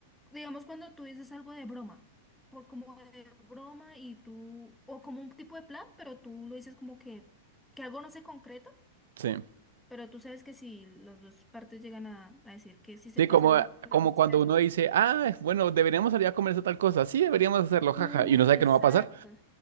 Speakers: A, in the centre; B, on the right.
A: digamos cuando tú dices algo de broma. Por como de broma y tú, o como un tipo de plan, pero tú lo dices como que, que algo no se concreta.
B: sí.
A: Pero tú sabes que si las dos partes llegan a, a decir que sí se
B: Sí,
A: puede
B: como,
A: hacer ese plan,
B: como
A: se
B: cuando
A: hace.
B: uno dice, ah, bueno, deberíamos salir a comerse tal cosa, sí, deberíamos hacerlo, jaja,
A: Ujú,
B: y uno sabe
A: exacto.
B: que no va a pasar.